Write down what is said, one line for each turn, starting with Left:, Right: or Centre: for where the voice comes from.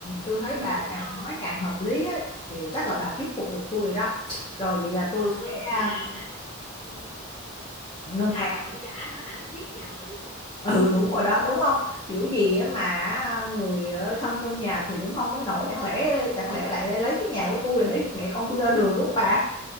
Left: tôi thấy bà
Centre: đúng
Left: càng
Centre: không
Left: nói càng hợp lý á kiểu chắc là bà thuyết phục được tôi rồi đó rồi vậy là tôi
Centre: còn
Left: sẽ
Centre: ngân
Left: à,
Centre: hàng hả ừ.
Left: ngân
Centre: ngân hàng
Left: hàng
Centre: bà không trả nó hả nó siết nhà bà luôn
Left: ừ đúng rồi đó đúng không kiểu gì á mà à, người
Centre: Ừ.
Left: ở thân trong nhà thì cũng không đến nổi chẳng lẽ chẳng lẽ lại lấy cái nhà của tôi để mẹ con tôi ra đường đúng không bà